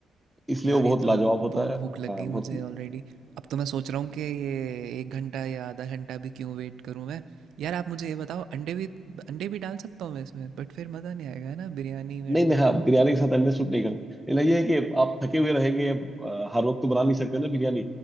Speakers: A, in the centre; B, on the right.
A: इसलिए
B: यार
A: वो बहुत
B: ये तो
A: लाजवाब होता
B: बहुत
A: है
B: भूख लग
A: हाँ
B: गई मुझे
A: बहुत
B: ऑलरेडी अब तो मैं सोच रहा हूँ कि ये एक घंटा या आधा घंटा भी क्यों वेट करूँ मैं यार आप मुझे ये बताओ अंडे भी अंडे भी डाल सकता हूँ मैं इसमें बट फिर मज़ा नहीं आएगा ना बिरयानी में अंडे
A: नहीं मैं हाँ बिरयानी के साथ अंडे सूट नहीं करता लेकिन ये है कि आप थके हुए रहेंगे अ, हर वक्त तो बना नहीं सकते ना बिरयानी